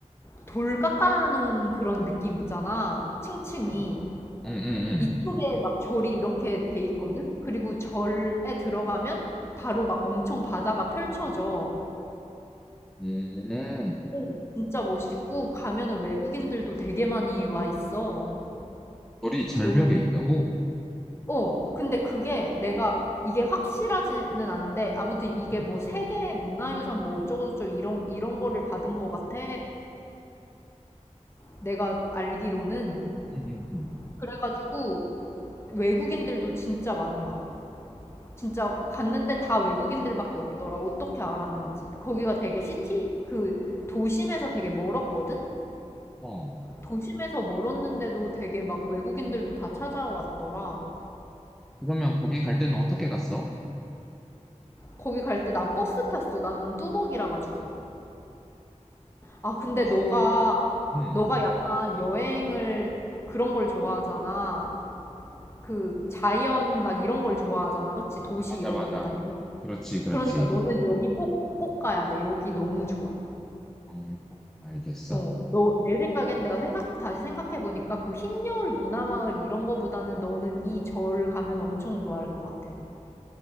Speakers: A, on the left; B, in the centre.
A: 돌 깎아놓은 그런 느낌 있잖아. 층층이.
B: 응, 응, 응.
A: 이쪽에 막 절이 이렇게 돼 있거든? 그리고 절에 들어가면 바로 막 엄청 바다가 펼쳐져.
B: 응. 음,
A: 오, 진짜 멋있고, 가면은 외국인들도 되게 많이 와 있어.
B: 절이 절벽에
A: 너무,
B: 있다고?
A: 어, 근데 그게 내가, 이게 확실하지는 않은데, 아무튼 이게
B: 응,
A: 뭐 세계 문화유산 뭐 어쩌고저쩌고 이런, 이런 거를 받은 것 같아. 내가 알기로는.
B: 응, 응, 응.
A: 그래가지고 외국인들도 진짜 많이 와. 진짜 갔는데 다 외국인들밖에 없더라. 어떻게 알았는지. 거기가 되게 시티, 그 도심에서 되게 멀었거든?
B: 어.
A: 도심에서 멀었는데도 되게 막 외국인들도 다 찾아왔더라.
B: 그러면 거기 갈 때는 어떻게 갔어?
A: 거기 갈 때 난 버스 탔어. 난 뚜벅이라 가지고. 아, 근데
B: 버스,
A: 너가,
B: 응, 응.
A: 너가 약간 여행을 그런 걸 좋아하잖아. 그 자연 막 이런 걸 좋아하잖아. 그치? 도시
B: 맞아,
A: 이런
B: 맞아.
A: 거보다는.
B: 그렇지, 그렇지.
A: 그러니까 너는 여기 꼭, 꼭 가야 돼. 여기 너무 좋아.
B: 음, 알겠어.
A: 어, 너, 내 생각엔 내가 생각, 다시 생각해보니까 그 흰 여울 문화마을 이런 거보다는 너는 이 절 가면 엄청 좋아할 것 같아.